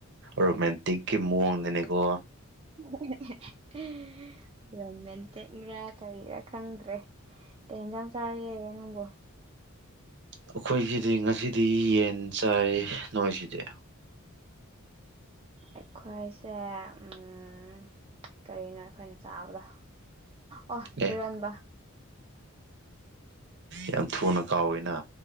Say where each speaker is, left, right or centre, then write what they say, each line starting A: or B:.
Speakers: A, on the right; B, on the right.
A: ꯔꯣꯃꯦꯟꯇꯤꯛꯀꯤ ꯃꯑꯣꯡꯗꯅꯦꯀꯣ꯫
B: <unintelligible> ꯔꯣꯃꯦꯟꯇꯤꯠꯔꯥ ꯀꯔꯤꯔꯥ ꯈꯪꯗ꯭ꯔꯦ꯫ ꯀ ꯍꯦꯟꯖꯥꯡ ꯆꯥꯔꯒꯦ ꯅꯪꯕꯣ꯫
A: ꯑꯩꯈꯣꯏꯁꯤꯗꯤ ꯉꯁꯤꯗꯤ ꯌꯦꯟ ꯆꯥꯏ ꯅꯣꯏꯁꯤꯗꯤ꯫
B: ꯑꯩꯈꯣꯏꯁꯦ ꯎꯝ ꯀꯔꯤꯅꯣ ꯑꯩꯈꯣꯏꯅ ꯆꯥꯕꯗꯣ꯫ ꯑꯣ
A: ꯑꯦ
B: ꯏꯔꯣꯟꯕ꯫
A: ꯌꯥꯝ ꯊꯨꯅ ꯀꯥꯎꯋꯤꯅ꯫